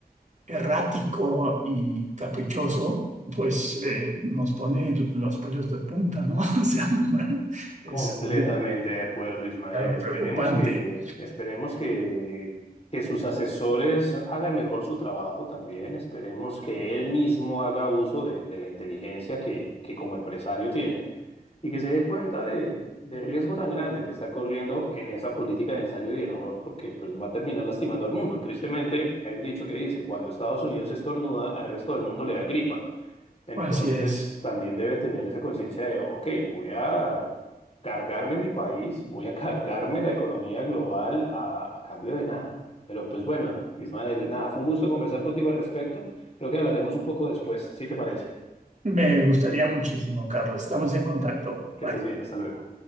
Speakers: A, on the right; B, on the left.
A: errático y caprichoso, pues eh, nos pone los pelos de punta, ¿no? <laughs> O sea, es
B: Completamente
A: como
B: de acuerdo, Ismael.
A: claro,
B: Esperemos
A: preocupante.
B: que, esperemos que, que sus asesores hagan mejor su trabajo también. Esperemos que él mismo haga uso de, de la inteligencia que, que como empresario tiene y que se dé cuenta de, del riesgo tan grande que está corriendo en esa política de ensayo y error, porque pues va a terminar lastimando al mundo. Tristemente, hay un dicho que dice, cuando Estados Unidos estornuda, al resto del mundo le da gripa. Entonces,
A: Así es.
B: también debe tener esa conciencia de, ok, voy a cargarme mi país, voy a <laughs> cargarme la economía global a, a cambio de nada. Pero pues bueno, Ismael, nada, fue un gusto conversar contigo al respecto. Creo que hablaremos un poco después, si te parece.
A: Me gustaría muchísimo, Carlos. Estamos en contacto.
B: Que
A: Bye.
B: estés bien, hasta luego.